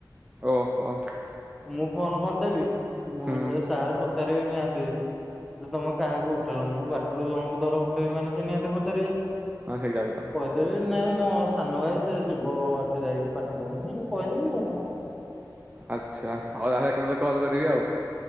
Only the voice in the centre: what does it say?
ମୁଁ ଫୋନ କରିଦେବିଁ ମୁଁ
ସେ ସାର୍ ପଚାରିବେ ନିହାତି। ଯେ ତମେ କାହାକୁ ଉଠେଇଲ, ମୁଁ ବାଟରୁ ଜଣଙ୍କୁ ଧର ଉଠେଇବି ମାନେ ସେ ନିହାତି ପଚାରିବେ।
ମୁଁ କ ହି ଦେବି ନାଇଁ ମୋ ସାନ ଭାଇ ସେ ଯିବ ଏଠି ଯାଇକି ପାଠ ପଢୁଛି ମୁଁ କହିଦେବି ଆଉ କଣ?